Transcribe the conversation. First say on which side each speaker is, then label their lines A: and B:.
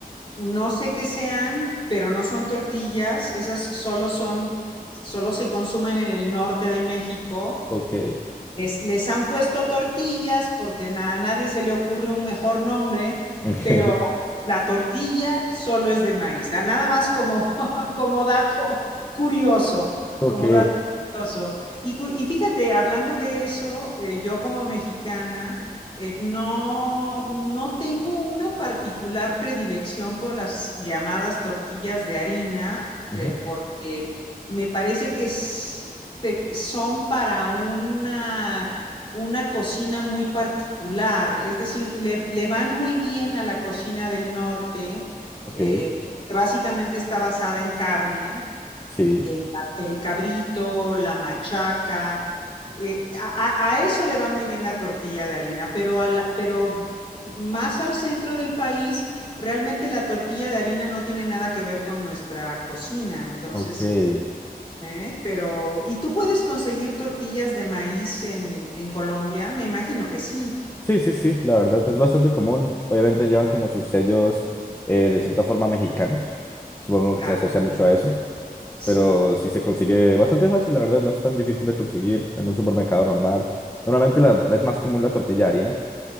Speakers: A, on the left; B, on the left.
A: no sé qué sean, pero no son tortillas, esas solo son, solo se consumen en el norte de México
B: ok,
A: les, les han puesto tortillas porque na- a nadie se le ocurre un mejor nombre,
B: <laughs> ok,
A: pero la, la tortilla solo es de maíz. Da- Nada más como, <laughs> como dato curioso,
B: ok,
A: como dato curioso. Y, cu- y fíjate, hablando de eso, eh, yo como mexicana eh, no, no tengo una particular predilección por las llamadas tortillas de harina,
B: ujú,
A: eh, porque me parece que es te- son para una, una cocina muy particular, es decir, le, le van muy bien a la cocina del norte,
B: ok,
A: eh, que básicamente está basada en carne,
B: sí,
A: el, el cabrito, la machaca. eh, a, a- a eso le va muy bien la tortilla de harina, pero, a la- pero más al centro del país, realmente la tortilla de harina no tiene nada que ver con nuestra cocina. Entonces,
B: ok.
A: ¿eh? Pero, ¿y tú puedes conseguir tortillas de maíz en, en Colombia? Me imagino que sí,
B: Sí, sí, sí, la verdad es bastante común. Obviamente llevan como sus sellos eh, de cierta forma mexicanos. Supongo
A: claro,
B: que se asocia mucho a eso,
A: sí,
B: pero sí se consigue bastante fácil, la verdad, no es tan difícil de conseguir en un supermercado normal. Normalmente la- es más común la tortilla de harina,